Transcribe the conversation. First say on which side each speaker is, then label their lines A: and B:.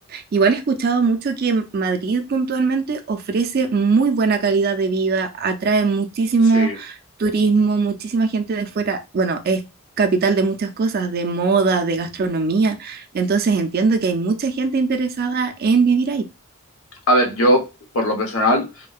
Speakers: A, on the right; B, on the left.
A: Igual he escuchado mucho que Madrid puntualmente ofrece muy buena calidad de vida, atrae muchísimo
B: sí.
A: turismo, muchísima gente de fuera. Bueno, es capital de muchas cosas, de moda, de gastronomía. Entonces entiendo que hay mucha gente interesada en vivir ahí.
B: A ver, yo, por lo personal.